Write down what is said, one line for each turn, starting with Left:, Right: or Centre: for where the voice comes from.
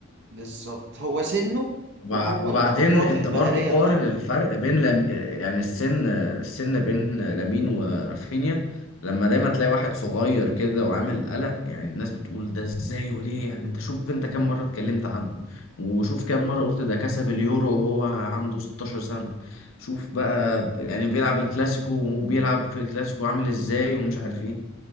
Right: بالظبط هو سنه
Left: وبع-
Right: وهو
Left: وبعدين
Right: اللقطات
Left: انت
Right: المهارية
Left: برضو قارن
Right: بتاعته
Left: الفرق بين لم... يعني السن السن بين لامين ورافينيا لما دايما تلاقي واحد صغير كده وعامل قلق يعني الناس بتقول ده ازاي وليه يعني انت شوف انت كم مرة اتكلمت عنه وشوف كم مرة قلت ده كسب اليورو وهو عنده 16 سنة شوف بقى يعني بيلعب الكلاسيكو وبيلعب في الكلاسيكو عامل ازاي ومش عارف ايه